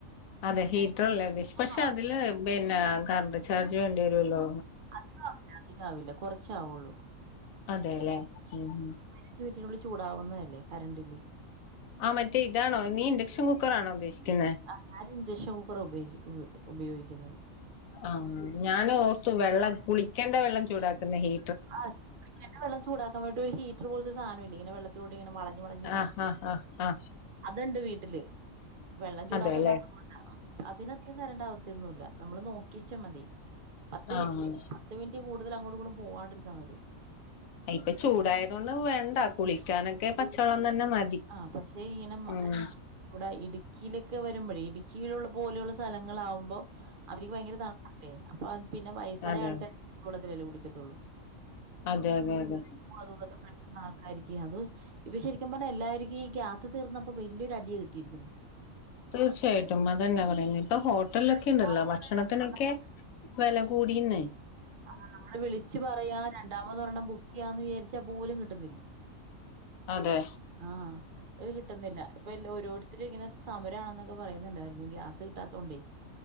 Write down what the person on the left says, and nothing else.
അതെ ഹീറ്ററല്ല ഉദ്ദേശം പക്ഷേ
അതില് പിന്നെ കറണ്ട്ചാർജ് വേണ്ടി വരുല്ലോ
അതെല്ലേ ഉം
ആ മറ്റേ ഇതാണോ നീ ഇൻ്റക്ഷൻ കുക്കറാണോ ഉദ്ദേശിക്കുന്നേ
ആം ഞാനോർത്തു വെള്ളം കുളിക്കണ്ടെ വെള്ളം ചൂടാക്കുന്ന ഹീ
ആഹ് ഹ ഹ ഹാ
അതെല്ലേ
ആന്ന്
ആ ഇപ്പൊ ചൂടായതൊണ്ട് വേണ്ട കുളിക്കാനൊക്കെ പച്ചവെള്ളം തന്നെ മതി
ഉം
അതെ
അതെ അതെ അതെ
തീർച്ചയായിട്ടും അതെന്നാ പറയുന്നേ ഇപ്പൊ ഹോട്ടലൊക്കെ
ഉണ്ടല്ലോ ഭക്ഷണത്തിനൊക്കെ
വെല കൂടീന്നെ
അതെ